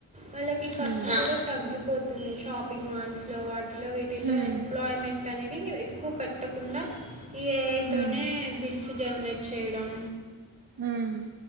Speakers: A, on the right (about 20°); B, on the right (about 75°).
A: వాళ్ళకి ఖర్చు
B: ఉమ్
A: కూడా తగ్గిపోతుంది షాపింగ్ మాల్స్ లో వాటిలో వీటిల్లో
B: ఉమ్
A: ఎంప్లాయ్మెంట్ అనేది ఇది ఎక్కువ పెట్టకుండా ఈ ఏఐతోనే
B: ఉమ్
A: బిల్స్ జనరేట్ చేయడం
B: మ్